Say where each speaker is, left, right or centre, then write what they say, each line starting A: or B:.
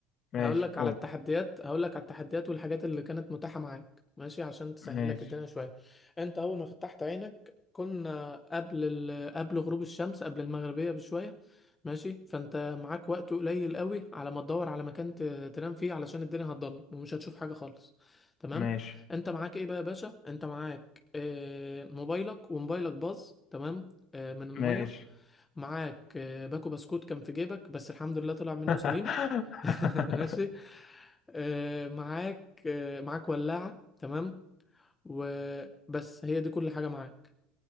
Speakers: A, on the left; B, on the left.
A: ماشي
B: هقول لك
A: قول
B: على التحديات هقول لك على التحديات والحاجات اللي كانت متاحة معاك ماشي عشان تسهل
A: ماشي
B: لك الدنيا شوية انت اول ما فتحت عينك كنا قبل ال... قبل غروب الشمس قبل المغربية بشوية ماشي فانت معاك وقت قليل قوي على ما تدور على مكان ت... تنام فيه علشان الدنيا هتضلم ومش هتشوف حاجة خالص تمام
A: ماشي
B: انت معاك ايه بقى يا باشا انت معاك آه، موبايلك وموبايلك باظ تمام آه، من المية
A: ماشي
B: معاك آه، باكو بسكوت كان في جيبك بس الحمد لله طلع منه
A: <laughs>
B: سليم <laughs> ماشي آه، معاك آه، معاك ولاعة تمام وبس هي دي كل حاجة معاك